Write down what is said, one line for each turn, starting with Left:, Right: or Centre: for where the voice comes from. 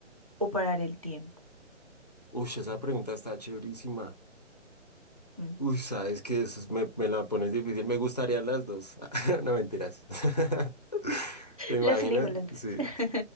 Right: o parar el tiempo?
Left: Uy, esa pregunta está chéverísima.
Right: Mm.
Left: Uy, sabes que eso es- me, me la pones difícil. Me gustarían las dos. <laughs> No mentiras. <laughs> ¿Te imaginas?
Right: Las elijo las dos.
Left: Sí.
Right: <laughs>